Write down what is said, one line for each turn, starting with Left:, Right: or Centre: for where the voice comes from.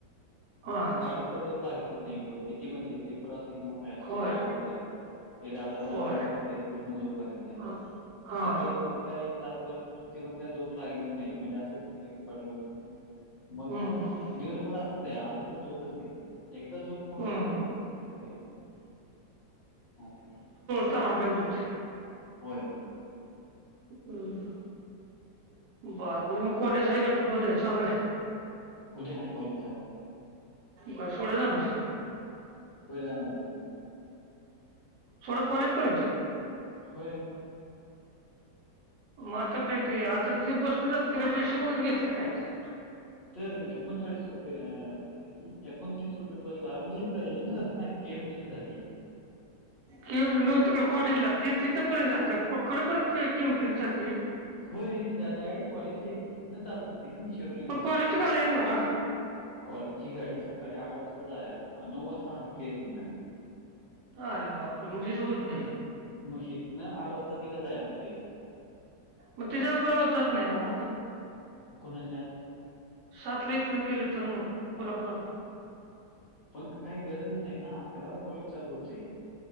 Left: मंग
Right: हा
Left: गांडीत कायं झोप लागतचं नाहीं किती पणंती स्लीपर असली किंवा कायं असं
Right: होय
Left: कांहीं झोप लागतं नाहीं ते दडधड
Right: होय
Left: दडधड वाचते त्यांच्या मुळं झोप लागतं नाहीं
Right: ह हा
Left: सकाळी फक्तं कायं त्यांचभर ते पणं कायं झोप लागलीच नाहीं म्हणजे असंच पडलं होतं मंग
Right: हम्म हम्म
Left: दिवसभर असंच आहे, अजून पण झोपच नाही. एकदा झोप मोड झाली
Right: हम्म
Left: की मोड काही आहे.
Right: वाटले त होते.
Left: होय.
Right: हम्म, बारावाजता मग कॉलेज आहे का, का बंद आहे, चालू आहे?
Left: उद्या आहे कॉलेज चालू.
Right: काय सोड्या जाणार?
Left: होय जाणार की.
Right: शेवट कॉलेजपर्यंत.
Left: होय.
Right: मग आता काय ते, आता तिथे बसले जाते का, पैसे वगैरे घेतचे काय ते?
Left: तर एकोणचाळीस रुपये किती, एकोणतीस रुपये बसला, आप लिप रा ये ना जात ना? केमटीने जाते.
Right: की न, तिकडे कॉलेजला तिथंपर्यंत जाते, पकडपर्यंत किंमतीने जाते.
Left: होय, डायरेक्ट कॉलेज येतं, तिथनं चालत हो त ना शिरोरीतं?
Right: पण कॉलेजची गाडी आहे नव्ह
Left: कॉलेजची गाडी सकाळी आठ वाजताच आहे, नऊ वाजता हालती आहे तं ना.
Right: अं, अरे बापरे, म्हणजेच होत नाही.
Left: मग हितनं आठ वाजता तिथं जायला लागते.
Right: मग तिच्यावर ग्राॅहात जात नाही का मग?
Left: कोणाचा?
Right: सातला इथनं गेले तर मग कोल्हापुरातून.
Left: पण काही गरजच नाही ना, अकराला कॉलेज चालू होतंय.